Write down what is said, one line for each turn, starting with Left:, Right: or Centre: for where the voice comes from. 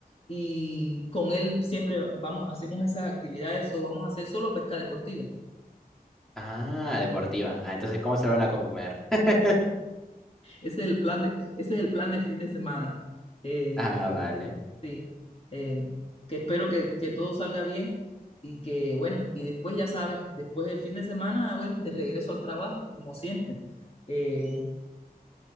Left: y con él siempre vamos, hacemos esas actividades o vamos a hacer solo pesca deportiva.
Centre: Ah, deportiva. Ah, entonces, ¿cómo se lo van a comer? <laughs>
Left: Ese es el plan de, ese es el plan de fin de semana. Eh,
Centre: Ah, vale.
Left: Sí, eh, que espero que, que todo salga bien y que, bueno, y después ya sabes, después del fin de semana, bueno, de regreso al trabajo, como siempre. Eh,